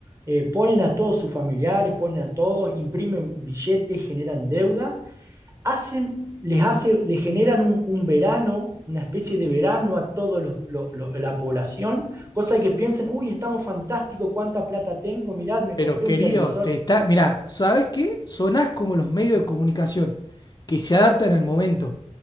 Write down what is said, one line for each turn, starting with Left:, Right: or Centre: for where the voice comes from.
Right: eh, ponen a todos sus familiares, ponen a todos, imprimen billetes, generan deuda hacen, les hace, le generan un, un verano, una especie de verano a toda la población, cosa de que piensen, uy, estamos fantásticos, cuánta plata tengo, mirad, me
Left: Pero
Right: compré
Left: querido,
Right: un televisor.
Left: te está. Mirá, ¿sabes qué? Sonás como los medios de comunicación que se adaptan al momento.